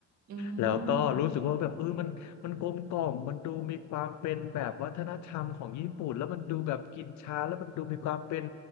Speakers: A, on the right; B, on the left.
A: อื
B: แล้วก็รู้สึกว่าแบบเออมันมันกลมกล่อมมันดูมีความเป็นแบบวัฒนธรรมของญี่ปุ่นแล้วมันดูแบบกินชาแล้วมันดูมีความเป็น
A: ม